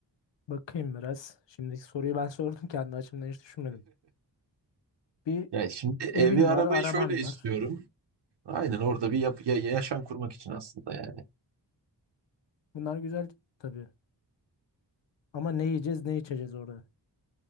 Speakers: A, on the left; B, on the right.
A: bakayım biraz. Şimdiki soruyu ben <laughs> sordum kendi açımdan hiç düşünmedim. Bir
B: Ya şimdi evi
A: evin
B: arabayı
A: var, araban
B: şöyle istiyorum.
A: var.
B: Aynen orada bir yap ya- yaşam kurmak için aslında yani.
A: Bunlar güzel tabii. Ama ne yiyeceğiz, ne içeceğiz orada?